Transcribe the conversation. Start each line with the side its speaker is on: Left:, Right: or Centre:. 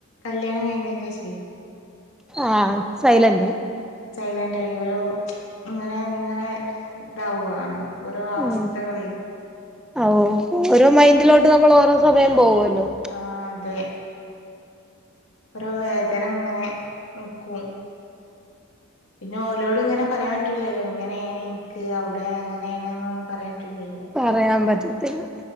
Left: കല്യാണം കഴിഞ്ഞേന് ശേ ഷയ്.
Centre: ആഹ് സൈലന്റ്.
Left: സൈലന്റ് ആയി ഓരോ ഇങ്ങനെ ഇങ്ങനെ ഇതാവുവാണ്. ഓരോ അവസ്ഥകളെയ്...
Centre: ഉം ഓ ഓരോ മൈൻഡിലോട്ട് നമ്മൾ ഓരോ സമയം പോകുവല്ലോ?
Left: ആഹ് അതെ ഓരോ വേദന ഇങ്ങനെ നിക്കും. പിന്നെ ഓരോട് ഇങ്ങനെ പറയാൻ പറ്റൂല്ലല്ലോ ഇങ്ങനെയാണ് എനിക്ക് അവിടെ അങ്ങനെയാണ് നൊന്നും പറയാൻ പറ്റുല്ലല്ലോ?
Centre: പറയാൻ പറ്റത്തില്ല.